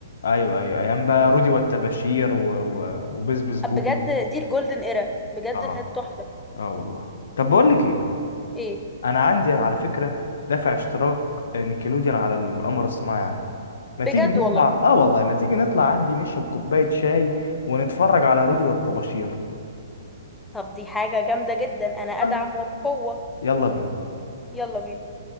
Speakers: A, on the left; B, in the centre.
A: ايوه ايوه ايام بقى رودي والتباشير و... و... وبيس بيس بوبي
B: بجد دي الجولدن ايرا بجد
A: اه
B: كانت تحفة
A: اه والله طب بقول لك ايه
B: ايه
A: انا عندي على فكره دافع اشتراك نيكلوديان على القمر الصناعي عندي ما
B: بجد
A: تيجي نطلع
B: والله
A: اه والله ما تيجي نطلع عندي نشرب كوبايه شاي ونتفرج على رودي والطباشير
B: طب دي حاجة جامدة جدا انا ادعم
A: صح
B: وبقوة
A: يلا بينا
B: يلا بينا